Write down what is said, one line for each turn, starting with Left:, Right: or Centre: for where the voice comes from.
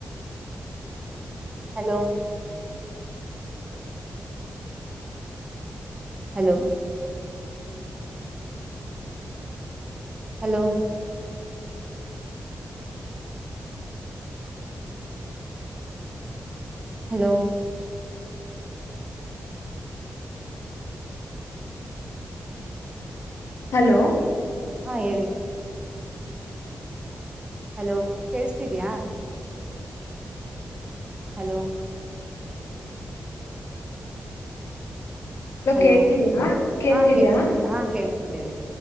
Right: hello hello hello hello
Left: hello
Right: ಹಾ ಹೇಳಿ ಹಲೋ ಕೇಳಸ್ತಿದ್ಯಾಾ ಹಲೋ ಹಲೋ
Left: ಕೇಳ್ತಿದ್ಯಾ ಕೇಳ್ತಿದ್ಯಾ
Right: ಹಾ ಕೇಳಿಸ್ತಿದೆ ಹಾ ಕೇಳಿಸ್ತಿದ್ದೇವೆ